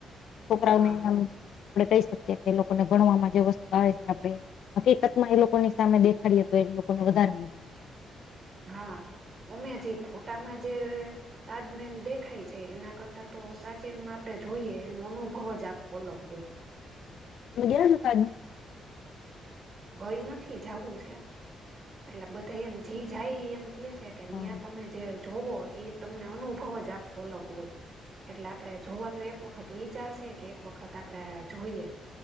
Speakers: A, on the left (about 65°); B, on the right (about 35°).
A: છોકરાઓને
B: હા
A: આમ આપણે કહી શકીએ કે એ લોકોને ભણવામાં જે વસ્તુ આવે છે આપણે. હકીકત માં એ લોકો ની સામે દેખાડીએ તો એ લોકોને વધારે મજા આવે.
B: હા અમે જે ફોટામાં જે તાજમેહેલ દેખાય છે એના કરતાં તો સાચેનમાં આપડે જોઈએ એનો અનુભવ જ આખો અલગ હોય.
A: તમે ગેલા છો તાજમહેલ
B: ગઈ નથી જાવું છે એટલે બધા એમ જી જાય એમ કે છે. કે અહિયાં
A: હા
B: તમે જે જોવો એ તમને અનુભવ જ આખો અલગ હોય. એટલે આપડે જોવાનું એક વખત વિચાર છે કે એક વખત આપડે જોઈએ.